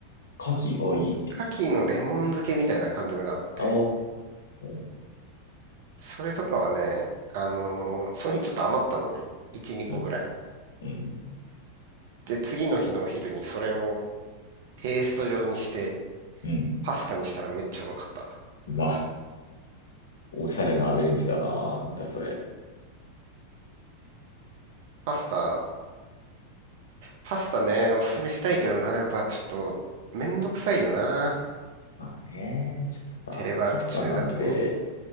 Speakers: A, on the left; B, on the right.
A: 牡蠣、お、いいね。
B: 牡蠣のレモン漬けみたいな缶詰があって、
A: おー。
B: それとかはね、あのーその日ちょっと余ったのね。1、2個ぐらい。
A: うん、うん、
B: で、次の日のお昼にそれをペースト状にして、
A: うん。うん
B: パスタにしたらめっちゃうまかった。
A: な、おしゃれなアレンジだな。なんだ、それ。
B: パスタ、パスタね、おすすめしたいけどな、やっぱちょっと、めんどくさいよな。
A: まあね、ちょっとさ、
B: テレワーク中だとね。
A: もうパスタなんて、